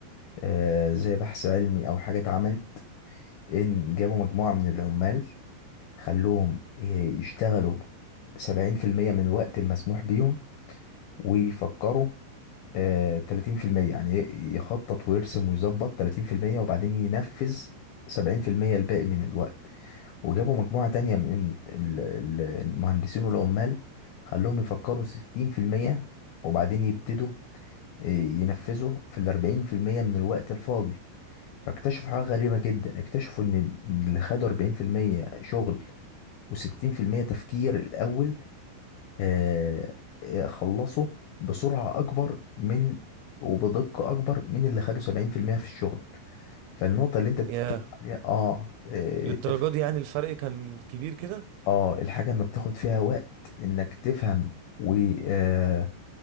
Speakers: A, on the left (about 80°); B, on the right (about 80°).
A: آه زي بحث علمي او حاجة اتعملت ان جابوا مجموعة من العمال خلوهم يشتغلوا سبعين في المية من الوقت المسموح بيهم ويفكروا آه 30% يعني ي- يخطط ويرسم ويظبط 30% وبعدين ينفذ 70% الباقي من الوقت وجابوا مجموعة تانية من ال- ال- المهندسين والعمال خلوهم يفكروا 60% وبعدين يبتدوا آه، ينفذوا في الأربعين في المية من الوقت الفاضي فاكتشفوا حاجة غريبة جدا اكتشفوا إن إن اللي خدوا أربعين في المية شغل وستين في المية تفكير الأول آه، آه، خلصوا بسرعة أكبر من وبدقة أكبر من اللي خدوا 70% في المية في الشغل فالنقطة اللي أنت بتتكلم
B: ياه
A: عليها آه آه
B: للدرجة
A: التف-
B: دي يعني الفرق كان كبير كده
A: آه الحاجة ما بتاخد فيها وقت إنك تفهم و آه،